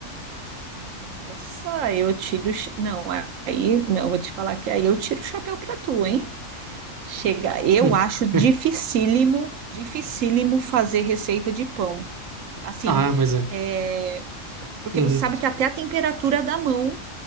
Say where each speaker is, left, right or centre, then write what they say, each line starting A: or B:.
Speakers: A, on the right (about 75°); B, on the right (about 20°).
A: Nossa, eu tiro. o cha- Não, aí, não, vou te falar que aí eu tiro o chapéu pra tu, hein? Chega, eu
B: Não.
A: acho dificílimo,
B: <laughs>
A: dificílimo fazer receita de pão. Assim,
B: Ah, mas é.
A: é, porque
B: Uhum.
A: você sabe que até a temperatura da mão